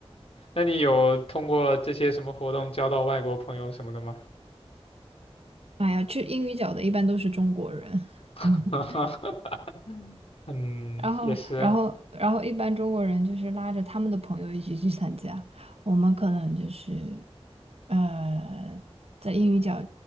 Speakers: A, on the left (about 65°); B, on the right (about 70°).
A: 那你有通过这些什么活动交到外国朋友什么的吗？
B: 哎呀，去英语角的一般都是中国人。<laughs>
A: <laughs>
B: 嗯。
A: 嗯，
B: 然后，
A: 也是，
B: 然后，然后，一般中国人就是拉着他们的朋友一起去参加，我们可能就是，呃，在英语角